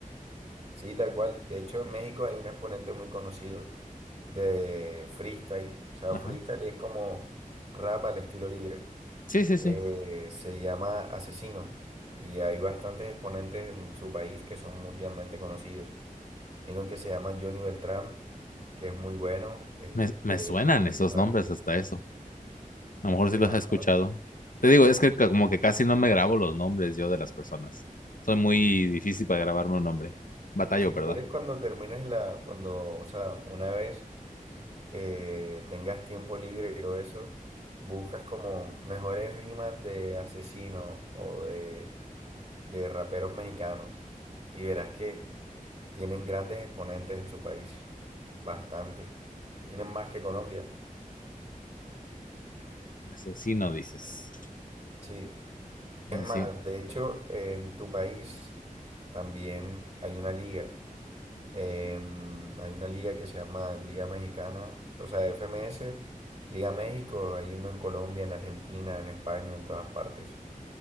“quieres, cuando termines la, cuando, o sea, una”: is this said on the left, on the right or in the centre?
Right